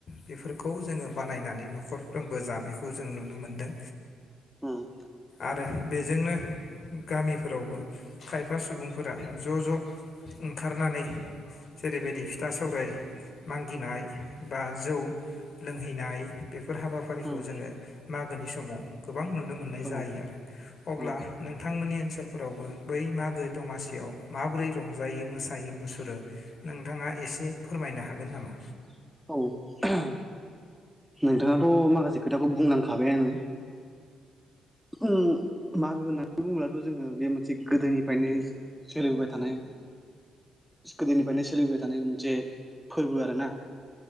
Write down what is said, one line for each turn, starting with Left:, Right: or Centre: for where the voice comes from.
Left: बेफोरखौ जोङो बानायनानै न'खरफ्रोमबो जानायखौ जों नुनो मोनदों।
Centre: उम
Left: आरो बेजोंनो गामिफोरावबो खायफा सुबुंफोरा ज' ज' ओंखारनानै जेरैबायदि फिथा सौराय मागिनाय बा जौ लोंहैनाय बे फोर हाबाफारिखौ
Centre: उम
Left: जोङो मागोनि समाव गोबां नुनो मोननाय
Centre: औ
Left: जायो। अब्ला
Centre: औ
Left: नोंथांमोननि ओनसोलफोरावबो बै मागो दमासियाव माबोरै रंजायो मोसायो मुसुरो नोंथाङा एसे फोरमायनो हागोन नामा?
Centre: औ <unintelligible> नोंथाङाथ' माखासे खोथाखौ बुंलांखाबायानो ओ मागो होननानै बुङोब्लाथ' जोङो बे मोनसे गोदोनिफ्रायनो सोलिबोबाय थानाय गोदोनिफ्रायनो सोलिबोबाय थानाय मोनसे फोरबो आरो ना